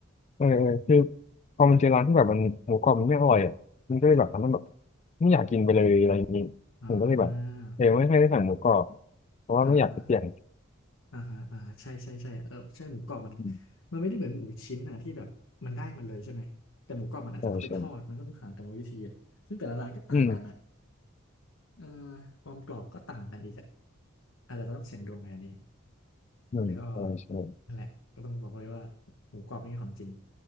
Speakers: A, on the left; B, on the left.
A: เออเออคือพอมันเจอร้านที่แบบมันหมูกรอบมันไม่อร่อยอ่ะมันก็เลยแบบทำให้แบบไม่อยากกินไปเลยอะไรอย่างงี้ผมก็เลยแบบเออไม่ค่อยได้สั่งหมูกรอบ
B: อ่า
A: เพราะว่าไม่อยากไปเสี่ยง
B: อ่าฮะอ่าฮะอ่าใช่ใช่ใช่เออใช่หมูกรอบมัน
A: อืม
B: มันไม่ได้เหมือนหมูชิ้นอ่ะที่แบบมันได้มันเลยใช่ไหมแต่หมูกรอบมันอาจจะต้องไปทอดมันก็ต้องผ่านกรรมวิธีอะซึ่งแต่ละร้านก็ต่างกันนะ
A: ใช่ใช่อืม
B: เอ่อความกรอบก็ต่างกันอีกอะอาจจะต้องเสี่ยงดวงในอันนี้
A: อืมใช่ใช่
B: แล้วก็นั่นแหละก็ต้องบอกเลยว่าหมูกรอบนี่ของจริง